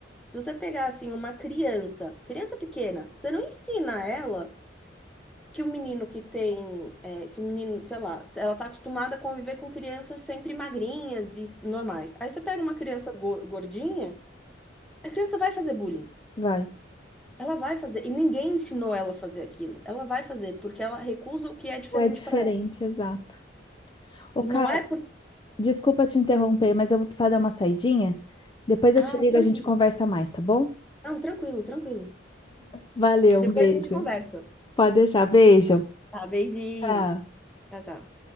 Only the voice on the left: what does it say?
vai.
Ou é diferente,
exato. Ô,
cara,
desculpa te interromper, mas eu vou precisar dar uma saidinha. Depois
eu te ligo,
a gente conversa mais, tá bom?
Valeu,
um beijo.
Pode deixar, beijo.
Tá.